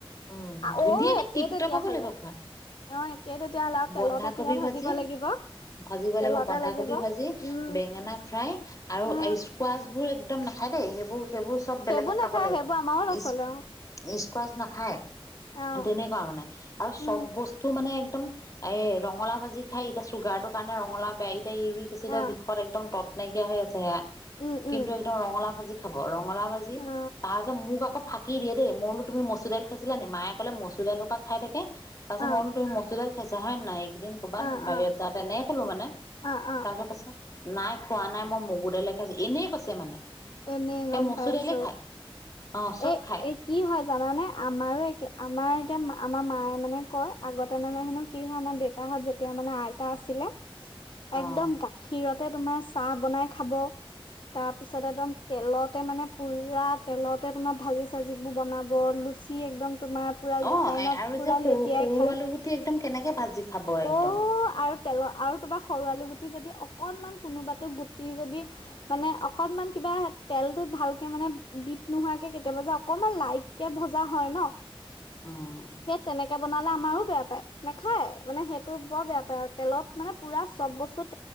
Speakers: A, on the left; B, on the left.
A: উম ধুনীয়াকে
B: অ একেই
A: টিপ
B: তেতিয়া
A: টপ হ'ব
B: হ'লে,
A: লাগিব খোৱা
B: অ একেই তেতিয়া হ'লে আৰু তেলতে
A: বন্ধাকবি
B: পুৰা ভাজিব
A: ভাজি
B: লাগিব।
A: ভাজিব
B: তেলতে
A: বন্ধাকবি
B: লাগিব,
A: ভাজি
B: উম।
A: বেঙেনা ফ্ৰাই আৰু স্কোৱাচ বোৰ একদম না খায় দেই সেইবোৰ সেইবোৰ চব
B: সেইবোৰ
A: বেলেগে
B: নাখায়
A: খাব লাগিব।
B: সেইবোৰ আমাৰো নচলে
A: ইচ, ইচ কচ নাখায়।
B: অ
A: তেনেকুৱা মানে। আৰু
B: উম
A: চব বস্তু মানে একদম এ ৰঙালা ভাজি খায়, এতিয়া চুগাৰটোৰ কাৰণে ৰঙলা বেয়া এই ইউৰিক এচিডে
B: অ
A: বিষত একদম তত নাইকিয়া হৈ আছে হেয়া
B: উম
A: কিন্তু
B: উম
A: একদম ৰঙালাউ ভাজি খাব আৰু ৰঙলাউ ভাজি
B: অ
A: তাৰিছত মোক আকৌ ফ থাক দেই মই বো তুমি মচু দাইল খাইছিলা নে মায়ে ক'লে মচুৰ দাই সোপাক খাই থাকে তাৰ
B: অ
A: পাছত মই বুলো মছু দাইল ছা হয় নাই এদিন কৰ'ৰবাত
B: অ
A: বাহিৰত
B: অ
A: যাওঁতে ন কলো মানে
B: অ অ
A: তাৰত কৈছে নাই খোৱা নাই মই মগু দাইলকে আছো এনেই কৈছে মানে
B: এনেই
A: সেই
B: গম
A: মচুৰ
B: পাইছো
A: দাইলে খায় অ চব
B: এ
A: খায়
B: এ কি হয় জানানে আমাৰো একে আমাৰ এতিয়া আমাৰ মায়ে মানে কয় আগত তাৰ মেন কি হয় আমাৰ সাহত যেতিয়া মানে আইতা আছিলে
A: অ
B: একদম গাখীৰত তোমাৰ চাহ বনাই খাব তাৰপিছত একদম তেলতে মানে পুৰা তেলতে তোমাৰ ভাজি চাজিবোৰ বনাব লুচি একদম তোমাৰ পুৰা
A: অ
B: ৰিফাইনত
A: আৰু
B: পুৰা
A: যে সৰু
B: লেতিয়াই
A: সৰু
B: খায়
A: আলু গুটি একদম কেনেকে ভাজি খাব একদম
B: অ আৰু তেল আৰু তোমাৰ সৰু আলু গুটি যদি অকনমান কোনোবাতো গুটি যদি মানে অকনমান কিবা তেলটো ভালকে মানে ডপ নোহোৱাকে কেতিয়াবা যে অকনমান লাইট কে ভজা হয় ন
A: উম
B: সেই তেনেকে বনালে আমাৰো বেয়া পায় নেখায় মানে সেইটো বৰ বেয়া পায় আৰু তেলত মানে পুৰা চব বস্তুত